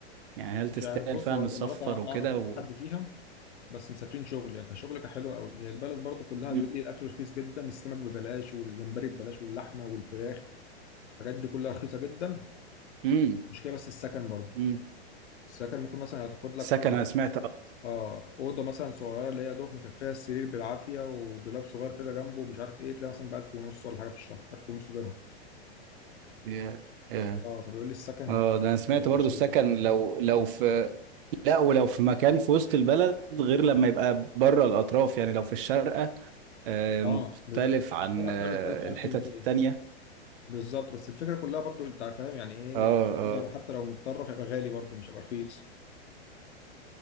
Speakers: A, on the right; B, on the left.
A: يعني هل
B: مش
A: تستاهل
B: عارف بص
A: فعلا
B: هو الامارات
A: السفر
B: انا
A: وكده
B: اعرف كذا
A: و...
B: حد فيها بس مسافرين شغل يعني كشغل كحلو قوي هي البلد برضو كلها
A: مم.
B: بيقول لي الاكل رخيص جدا السمك ببلاش والجمبري ببلاش واللحمة والفراخ الحاجات دي كلها رخيصة جدا
A: مم.
B: المشكلة بس السكن برضو
A: مم.
B: السكن ممكن مثلا هتاخد لك
A: السكن انا سمعت اه
B: اه اوضه مثلا صغيره اللي هي دوك مكفيها السرير بالعافيه ودولاب صغير كده جنبه ومش عارف ايه تلاقي مثلا ب 1000 ونص ولا حاجه في الشهر 1000 ونص درهم
A: يا- يا.
B: اه فبيقول لي السكن
A: آه،
B: هناك
A: ده انا سمعت برضو
B: غشيم
A: السكن لو لو في لا ولو في مكان في وسط البلد غير لما يبقى بره الاطراف يعني لو في الشارقة آه،
B: اه
A: مختلف
B: بيبقى
A: عن
B: في الشقه
A: آه،
B: بتعمل 1000 1200
A: الحتت التانية
B: بالظبط بس الفكره كلها برضو انت فاهم يعني ايه
A: اه
B: برضو
A: اه
B: هيبقى حتى لو متطرف هيبقى غالي برضو مش هيبقى رخيص